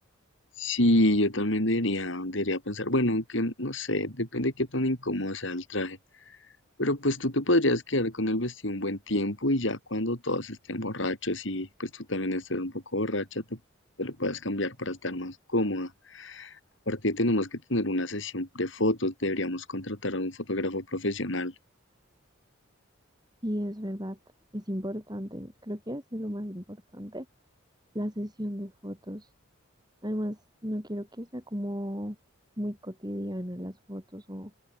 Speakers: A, on the left (about 65°); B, on the right (about 20°).
A: sí, yo también debería, debería pensar, bueno, aunque no sé, depende de qué tan incómodo sea el traje, pero pues tú te podrías quedar con el vestido un buen tiempo y ya cuando todos estén borrachos y pues tú también estés un poco borracha, te, te lo puedes cambiar para estar más cómoda. Aparte tenemos que tener una sesión de fotos, deberíamos contratar a un fotógrafo profesional.
B: Y es verdad, es importante, creo que es de lo más importante, la sesión de fotos. Además, no quiero que sea como muy cotidiana las fotos o